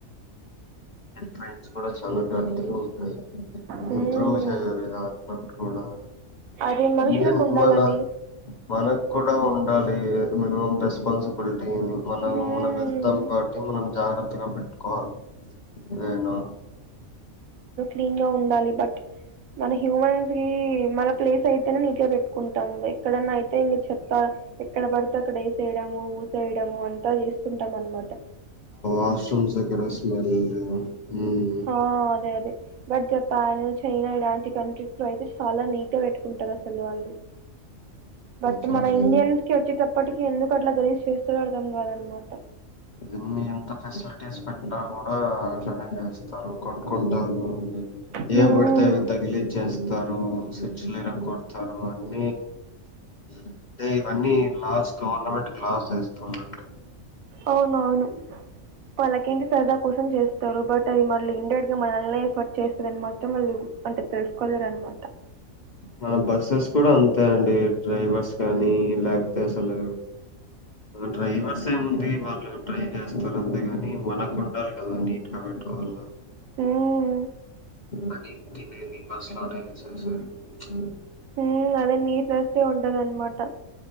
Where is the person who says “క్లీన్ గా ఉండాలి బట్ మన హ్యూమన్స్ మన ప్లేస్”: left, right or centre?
Right